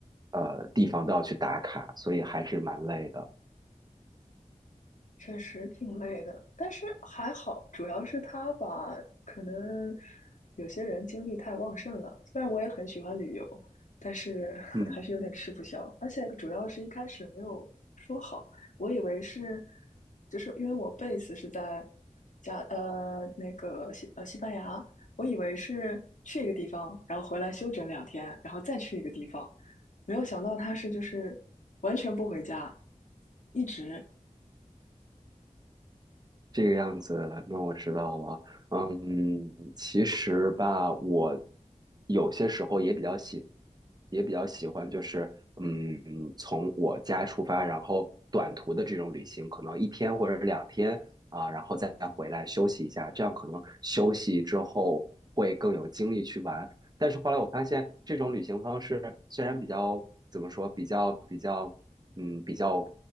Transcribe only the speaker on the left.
确实挺累的，但是还好，主要是他吧，可能有些人精力太旺盛了。虽然我也很喜欢旅游，但是 <laughs>
还是有点吃不消。而且主要是一开始没有说好，我以为是，就是因为我贝斯是在加呃那个西呃西班牙，我以为是去一个地方，然后回来休整两天，然后再去一一个地方。没有想到他是是就是完全不回家，一直。